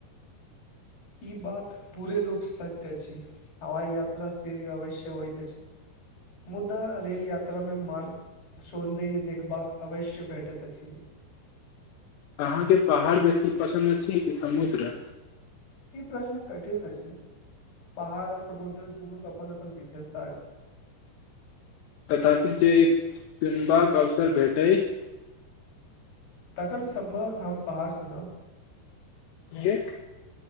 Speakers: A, on the left (about 60°); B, on the left (about 75°).
A: ई बात पूरे रूप सत्य अछि हवाई यात्रा शीघ्र अवश्य होइत अछि मुदा रेल यात्रामे मार्ग सौन्दर्य देखबाक अवश्य भेटत अछि
B: अहाँके पहाड़ बेसी पसन्द अछि की समुद्र
A: ई प्रश्न कठिन अछि पहाड़ आ समुद्र दुनूक अपन अपन विशेषता
B: तथापि जे एक चुनबाक अवसर भेटैत
A: तखन सम्भव हम पहाड़ चुनब
B: एक